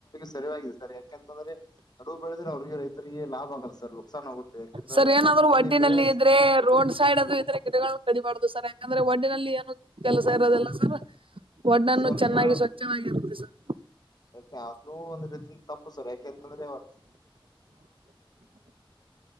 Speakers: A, on the left; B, on the right.
A: ಸರಿಯಾಗಿದೆ ಸರ್ ಯಾಕೆಂತಂದ್ರೆ ನಡುವು ಬೆಳದ್ರೆ ಅವ್ರಿಗೆ ರೈತರಿಗೆ ಲಾಭ ಆಗಲ್ಲ ಸರ್ ನುಕ್ಸಾನ್ ಆಗುತ್ತೆ ಯಾಕೆಂದ್ರೆ
B: ಸರ್ ಏನಾದ್ರು
A: ಅಲ್ಲಿ
B: ಒಡ್ಡಿನಲ್ಲಿ
A: ಬೆಳೆ
B: ಇದ್ರೆ ರೋಡ್ ಸೈಡ್ ಅದು ಇದ್ರೆ ಗಿಟಗಳ ಕಡಿ ಮಾಡಾರ್ದುದು ಸರ್ ಯಾಕಂದ್ರೆ ಒಡ್ಡಿನಲ್ಲಿ ಏನು ಕೆಲಸ ಇರೋದಿಲ್ಲ ಸರ್ ಒಡ್ಡನ್ನು
A: ಸರ್
B: ಚೆನ್ನಾಗಿ
A: ನೀವ್ ಹೇಳ
B: ಸ್ವಚ್ಛವಾಗಿರುತ್ತೆ ಸರ್
A: ಯಾಕೆ ಅ್ೂ ಒಂದ್ ರೀತಿ ತಪ್ಪಸರ್ ಯಾಕೆಂತಂದ್ರೆ <inaudible>